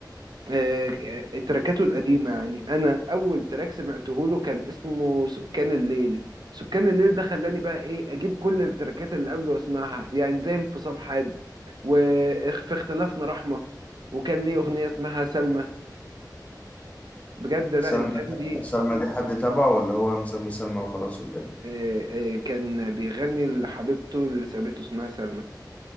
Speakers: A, on the right; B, on the left.
A: آه، آه، تراكاته القديمة يعني أنا أول تراك سمعته له كان اسمه سكان الليل سكان الليل ده خلاني بقى إيه أجيب كل التراكات اللي قبله وأسمعها يعني زي انفصام حاد وفي اختلافنا رحمة وكان ليه أغنية اسمها سلمى بجد لا
B: سلمى
A: الأغاني دي
B: سلمى دي حد تبعه ولا هو مسمي سلمى وخلاص ولا إيه؟
A: آه، آه، كان بيغني لحبيبته اللي سابته اسمها سلمى